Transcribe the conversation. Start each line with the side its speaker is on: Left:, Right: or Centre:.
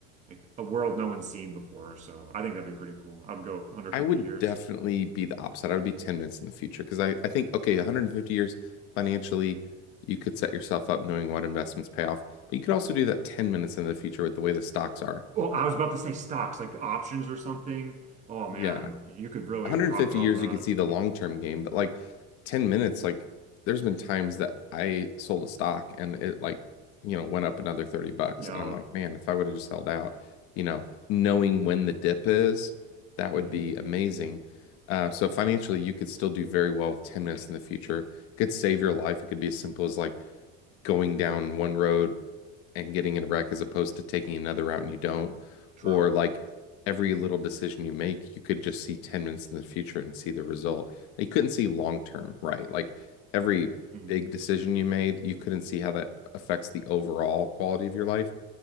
Right: like a world no one's seen before. So I think that'd be pretty cool. I'd go 150
Left: I would
Right: years.
Left: definitely be the opposite. I would be 10 minutes in the future because I, I think, okay, 150 years financially, you could set yourself up knowing what investments pay off, but you could also do that 10 minutes in the future with the way the stocks are.
Right: Oh, I was about to say stocks, like options or something. Oh man,
Left: Yeah, 150
Right: you could really profit off
Left: years,
Right: that.
Left: you could see the long term game, but like 10 minutes, like there's been times that I sold a stock and it like, you know, went up another 30 bucks.
Right: Yeah.
Left: And I'm like, man, if I would have just held out, you know, knowing when the dip is, that would
Right: Mm,
Left: be amazing. Uh, so financially, you could still do very well with 10 minutes in the future. It could save your life. It could be as simple as like going down one road and getting in a wreck as opposed to taking another route and you don't,
Right: true.
Left: or like every little decision you make, you could just see 10 minutes in the future and see the result. And you couldn't see long term, right? Like every
Right: Mm,
Left: big decision you made, you couldn't see how that affects the overall quality of your life.